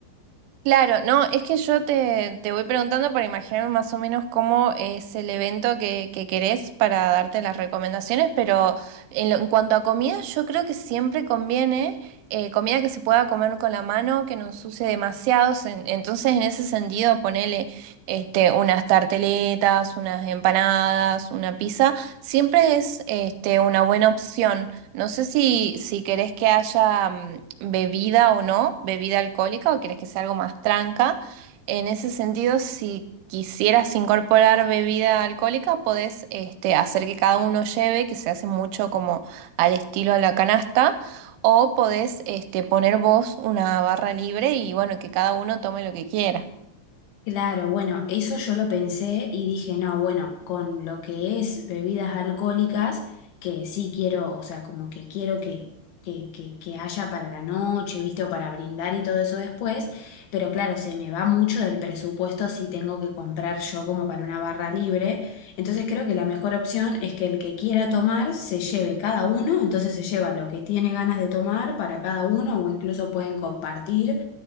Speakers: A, on the right (about 80°); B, on the left (about 75°).
A: Claro, no, es que yo te, te voy preguntando para imaginarme más o menos cómo es el evento que, que querés para darte las recomendaciones, pero en, lo- en cuanto a comida, yo creo que siempre conviene eh, comida que se pueda comer con la mano, que no ensucie demasiado. se- Entonces, en ese sentido, ponele este, unas tarteletas, unas empanadas, una pizza, siempre es este, una buena opción. No sé si, si querés que haya mm, bebida o no, bebida alcohólica, o querés que sea algo más tranca. En ese sentido, si quisieras incorporar bebida alcohólica, podés este, hacer que cada uno lleve, que se hace mucho como al estilo a la canasta, o podés este, poner vos una barra libre y bueno, que cada uno tome lo que quiera.
B: Claro, bueno, eso yo lo pensé y dije, no, bueno, con lo que es bebidas alcohólicas, que sí quiero, o sea, como que quiero que, que, que, que haya para la noche, ¿viste? O para brindar y todo eso después, pero claro, se me va mucho del presupuesto si tengo que comprar yo como para una barra libre. Entonces creo que la mejor opción es que el que quiera tomar se lleve cada uno, entonces se lleva lo que tiene ganas de tomar para cada uno o incluso pueden compartir